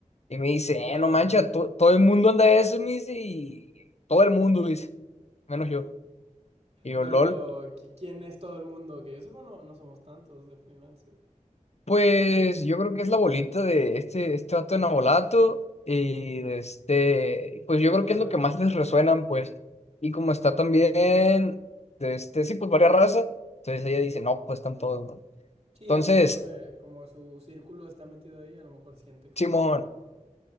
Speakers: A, on the left; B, on the right.
A: Y me dice,
B: Ya.
A: eh, no mancha, to- todo el mundo anda de eso, me dice, y todo el mundo, dice, menos yo. Y yo,
B: Pero,
A: lol.
B: ¿qui- ¿quién es todo el mundo? Que yo sepa, no, no somos tantos de freelancer.
A: Pues yo creo que es la bolita de este, este vato de Nabolato. Y de este, pues yo
B: Ya,
A: creo que es lo que más les resuenan, pues. Y como está
B: ya,
A: también,
B: pues sí.
A: de este, sí, pues varias razas. Entonces ella dice, no, pues están todos, ¿no?
B: Sí,
A: Entonces.
B: a lo mejor de, como su círculo está metido ahí, a lo mejor siente que
A: Simón,
B: son todo el mundo.